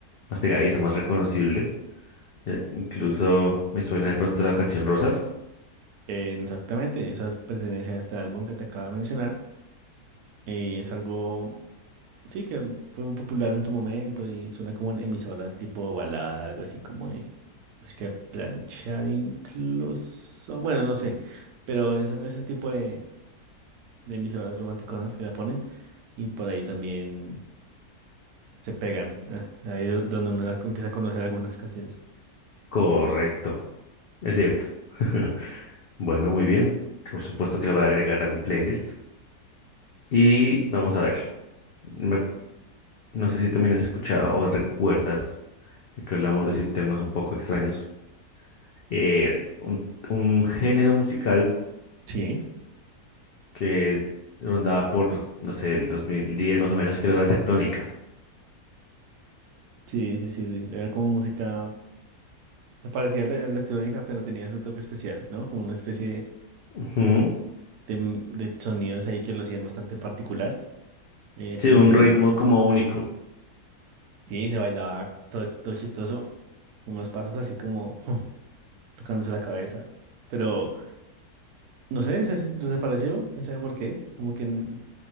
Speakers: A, on the left; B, on the right.
A: más pegadizo, más reconocible. Eh, incluso me suena de pronto la canción Rosas.
B: Eh, Exactamente, esas pertenecen a este álbum que te acabo de mencionar. Eh, es algo Sí, que fue muy popular en tu momento y suena como en emisoras tipo balada, algo así como de música de planchar incluso. Bueno, no sé, pero es en ese tipo de, de emisoras romanticonas que la ponen y por ahí también se pegan. eh, ahí do- donde uno las empieza a conocer algunas canciones.
A: Correcto, es cierto. <laughs> Bueno, muy bien. Por supuesto que le voy a agregar a mi playlist. Y vamos a ver. Me- no sé si también has escuchado o recuerdas de que hablamos de sin temas un poco extraños. eh, un, un género musical
B: Sí,
A: que rondaba por, no sé, el 2010 más o menos, que era la tectónica.
B: sí, sí, sí. Era como música, se parecía a electrónica, pero tenía su toque especial, ¿no? Como una especie
A: Ujú.
B: de, de sonidos ahí que lo hacían bastante particular. Eh,
A: Sí,
B: pero
A: un
B: sí,
A: ritmo como único.
B: Sí, se bailaba todo, todo chistoso, unos pasos así como <laughs> tocándose la cabeza. Pero no sé, se se desapareció, quién sabe por qué, como que n-